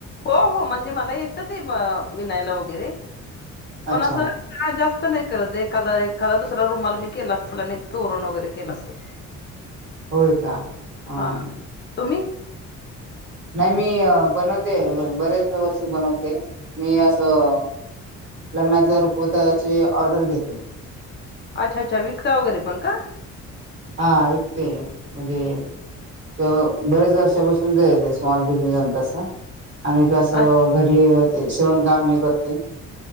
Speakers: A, on the left (about 35°); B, on the right (about 40°).
A: हो हो म्हणजे मला येतं ते विनायला वगैरे
B: अच्छा
A: पण असं काळ जास्त नाही करत एखादा एखादा दुसरा रुमाला मी केला असेल. आणि तोरण वगैरे केलं असेल.
B: होय का? ह.
A: हा तुम्ही
B: नाही मी बनवते बरेच वस्तू बनवते, मी असं लग्नातल्या रुखवताची ऑर्डर घेते.
A: अच्छा अच्छा विकता वगैरे पण का?
B: हा विकते म्हणजे ते बरेच वर्षापासून चयेते स्मॉल बिझनेस आमचा असा. आणि असं
A: अच्छा.
B: घरी ते शिवण काम ही करते!